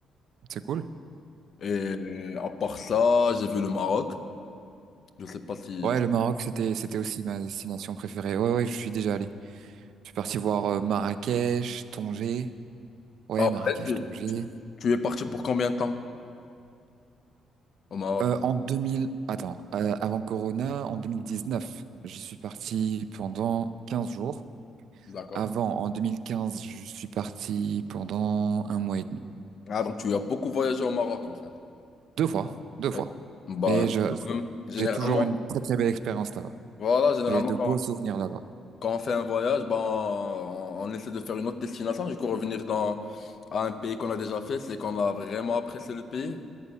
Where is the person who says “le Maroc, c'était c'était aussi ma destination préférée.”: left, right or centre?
Right